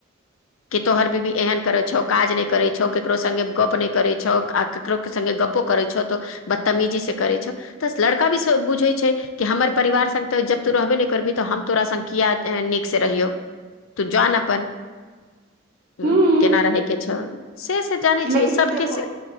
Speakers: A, on the left (about 75°); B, on the right (about 45°).
A: की तोहर बीबी एहेन करै छौ काज नच करै छौ ककरो संगे गप नय करै छौ आ ककरो केँ संगे गप्पो करे छो तो बदतमीजी से करे छो तऽ लड़का भी सो बुझे छै कि हमर परिवार संग तऽ जब तो रहबे नय करबही तऽ हम तोरा संग किया ए - नीक से रहियौ तू जान अपन हुँ
B: हूं
A: केना रहै केँ छौ से - से जानै
B: लेकिन
A: छियै सबके
B: देखो